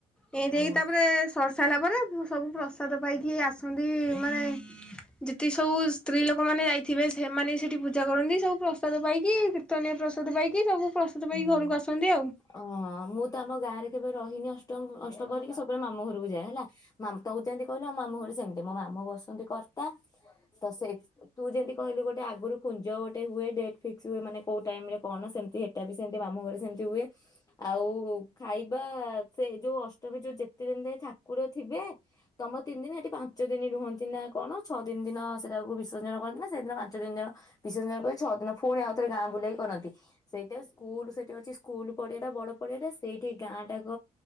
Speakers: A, in the centre; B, on the left (about 20°).
A: ଏମିତି
B: ହଁ
A: ହେଇକି ତାପରେ ସ ସାରିଲା ପରେ ସବୁ ପ୍ରସାଦ ପାଇକି ଆସନ୍ତି। ମାନେ ଯେତିକି ସବୁ ସ୍ତ୍ରୀ ଲୋକମାନେ ଯାଇ ଥିବେ ସେମାନେ ସେଇଠି ପୂଜା କରନ୍ତି। ସବୁ ପ୍ରସାଦ ପାଇକି କୀର୍ତ୍ତନୟ ପ୍ରସାଦ ପାଇକି ସବୁ ପ୍ରସାଦ ପାଇକି
B: ହୁଁ
A: ଘରକୁ ଆସନ୍ତି ଆଉ।
B: ଓ ମୁଁ ତ ଆମ ଗାଁରେ କେବେ ରହିନି ଅ ନଷ୍ଟ କରିକି ଅଷ୍ଟପହରି ସବୁବେଳେ ମାମୁ ଘରକୁ ଯାଏ ହେଲା। ମାମୁଁ ତମ ଯେମିତି କହିଲୁ ଆ ମାମୁଁ ଘରେ ସେମିତି। ମୋ ମାମୁଁ ବସନ୍ତି କର୍ତ୍ତା ତ ତୁ ଯେମିତି କହିଲୁ ଗୋଟେ ଆଗରୁ କୁଞ୍ଜ ଗୋଟେ ହୁଏ। ଡେଟ୍ ଫିକ୍ସ ହୁଏ ମାନେ କୋଉ ଟାଇମ ରେ କଣ ସେମ ସେଟା ବି ସେମତି ମାମୁଁ ଘରେ ସେମିତି ହୁଏ ଆଉ ଖାଇବା ସେ ଯୋଉ ଅଷ୍ଟମୀ ଯୋଉ ଯେତେ ଦିନରେ ଠାକୁର ଥିବେ ତମ ତିନି ଦିନ ସେଠି ପାଞ୍ଚ ଦିନ ରୁହନ୍ତି ନା କଣ। ଛଅ ଦିନ ଦିନ ସେଟାକୁ ବିସର୍ଜନ କରନ୍ତି। ସେଇଦିନ ପାଞ୍ଚ ଦିନ ଦିନ ବିସର୍ଜନ କରି ଛଅ ଦିନ ପୁଣି ଆଉ ଥରେ ଗାଁ ବୁଲେଇକି କରନ୍ତି। ସେଇଟା ସ୍କୁଲ ସେଠି ଅଛି ସ୍କୁଲ ପଡିଆ ଟା। ବଡ ପଡିଆଟା ସେଇଠି ଗାଁ ଟାକ